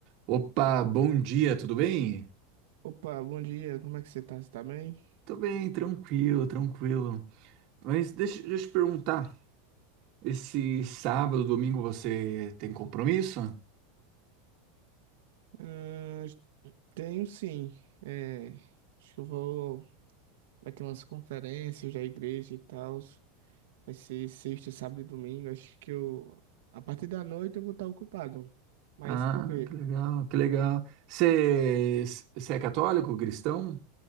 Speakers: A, on the right (about 45°); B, on the right (about 75°).
A: Opa, bom dia, tudo bem?
B: Opa, bom dia, como é que você tá? Você tá bem?
A: Tô bem, tranquilo, tranquilo. Mas deixa, deixa eu te perguntar, esse sábado, domingo você tem compromisso?
B: Ahn, tenho sim. É, acho que eu vou. Vai ter umas conferências da igreja e tal. Vai ser sexta, sábado e domingo. Acho que eu. A partir da noite eu vou estar ocupado. Mas
A: Ah,
B: por quê?
A: que legal, que legal. Você, você é católico, cristão?